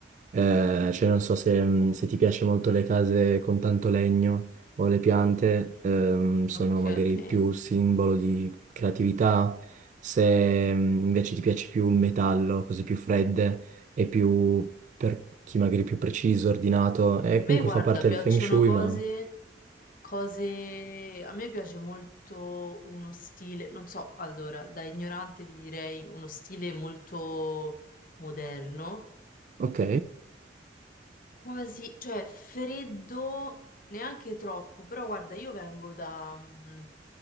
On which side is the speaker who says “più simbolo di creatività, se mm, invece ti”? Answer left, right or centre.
Right